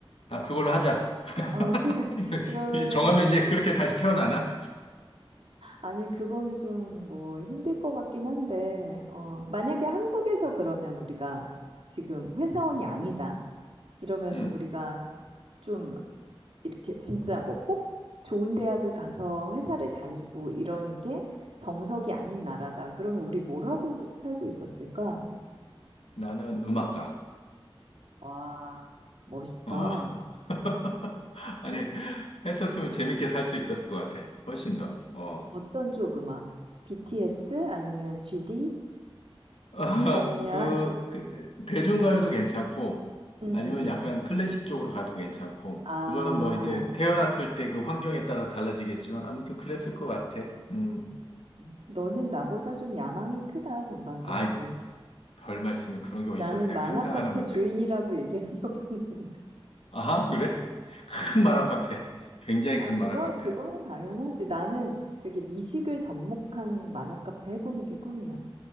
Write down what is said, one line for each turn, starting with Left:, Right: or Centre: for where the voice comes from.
Left: 아, 그걸로 하자.
Right: 어, 그래.
Left: <laughs>
Right: <laughs> 그러면,
Left: 이 정하면
Right: 어,
Left: 이제 그렇게 다시 태어나나?
Right: 아니, 그거는 좀 뭐 힘들 것 같긴 한데, 어, 만약에 한국에서 그러면 우리가 지금 회사원이 아니다. 이러면
Left: 음,
Right: 우리가 좀 이렇게 진짜 뭐 꼭 좋은 대학을 가서 회사를 다니고 이러는 게 정석이 아닌 나라다. 그러면 우리 뭐라고 살고 있었을까?
Left: 나는 음악가.
Right: 와, 멋있다.
Left: 어. <laughs> 아니,
Right: 어?
Left: 했었으면 재밌게 살 수 있었을 것 같아. 훨씬 더. 어.
Right: 어떤 쪽 음악? BTS 아니면 GD
Left: <laughs> 아,
Right: 아니면
Left: 그, 그, 대중가요도 괜찮고,
Right: <laughs> 응응응.
Left: 아니면 약간 클래식 쪽으로 가도 괜찮고,
Right: 아,
Left: 그거는 뭐 이제 태어났을 때 그 환경에 따라 달라지겠지만, 아무튼 그랬을 것 같아. 음.
Right: 음. 너는 나보다 좀 야망이 크다 전반적으로.
Left: 아이, 별 말씀을 그런 게 어딨어.
Right: 나는
Left: 그냥
Right: 만화
Left: 상상하는
Right: 카페
Left: 건데.
Right: 주인이라고 얘기하려고 <laughs> 했는데.
Left: 아하, 그래? <laughs> 큰 만화 카페. 굉장히
Right: 아,
Left: 큰
Right: 그건
Left: 만화 카페.
Right: 그거는 당연하지. 나는 되게 미식을 접목한 만화 카페 해보는 게 꿈이야.